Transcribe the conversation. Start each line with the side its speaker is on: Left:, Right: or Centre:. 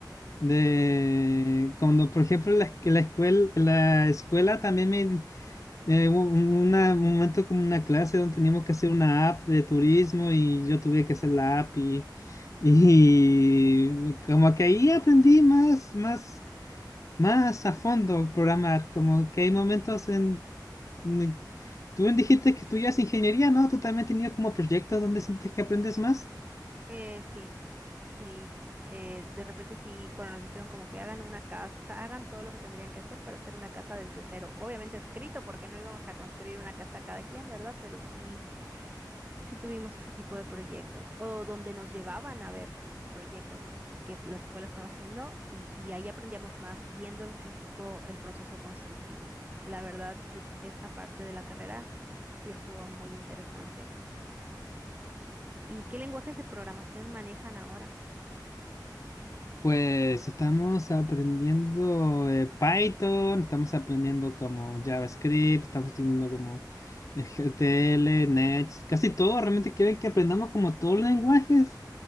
Left: de cuando, por ejemplo, la, la escuela, la escuela también me, eh, hubo un una- un momento como una clase donde teníamos que hacer una app de turismo y yo tuve que hacer la app y, <laughs> y como que ahí aprendí más, más, más a fondo programar, como que hay momentos en Mm, Tú bien dijiste que estudias ingeniería, ¿no? ¿Tú también tenías como proyectos donde sientes que aprendes más?
Right: Eh, sí, sí. eh, de repente sí, cuando nos dijeron como que hagan una casa, o sea, hagan todo lo que tendrían que hacer para hacer una casa desde cero. Obviamente escrito, porque no íbamos a construir una casa cada quien, ¿verdad? Pero sí, sí tuvimos ese tipo de proyectos. O donde nos llevaban a ver proyectos que es- la escuela estaba haciendo y, y ahí aprendíamos más viendo en físico el proceso constructivo. La verdad, sí, es- esa parte de la carrera sí estuvo muy interesante. ¿Y qué lenguajes de programación manejan ahora?
Left: Pues estamos aprendiendo eh, Python, estamos aprendiendo como JavaScript, estamos teniendo como eh, GTL, Nets, casi todo. Realmente quieren que aprendamos como todos los lenguajes,